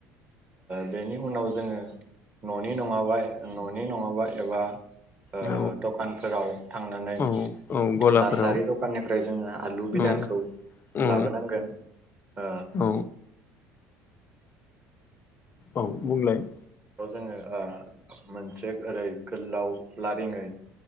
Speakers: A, on the right; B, on the left.
A: बेनि उनाव जोङो न'नि नङाबा न'नि नङाबा एबा ओ
B: औ
A: दखानफोराव थांनानै
B: औ औ गलाफोराव
A: नार्सारि दखाननिफ्राय जोङो आलु बिदानखौ
B: औ औ
A: लाबोनांगोन ओ
B: औ औ बुंलाय
A: जोङो मोनसे ओरै गोलाव लारिङै